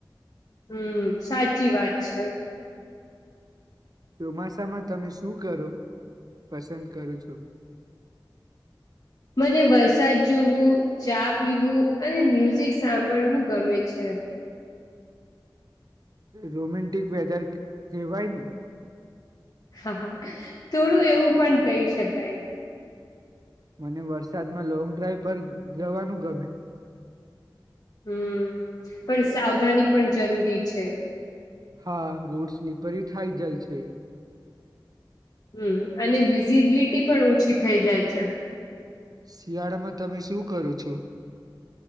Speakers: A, on the left; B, on the right.
A: હમ સા ચી વાત છે.
B: ચોમાસામાં તમે શું કરો પસંદ કરો છો.
A: મને વરસાદ જોવું ચા પીવું અને મ્યુઝિક સાંભળવું ગમે છે.
B: રોમેન્ટિક વેદર કહેવાય ને.
A: હા હા થોડું એવું પણ કહી શકાય.
B: મને વરસાદમાં લોંગ ડ્રાઈવ પર જવાનું ગમે.
A: હમ પણ સાવધાની પણ જરૂરી છે.
B: હા રોડ સ્લીપરી થાય જાય છે.
A: હમ અને વિઝિબિલિટી પણ ઓછી થઈ જાય છે.
B: શિયાળામાં તમે શું કરો છો.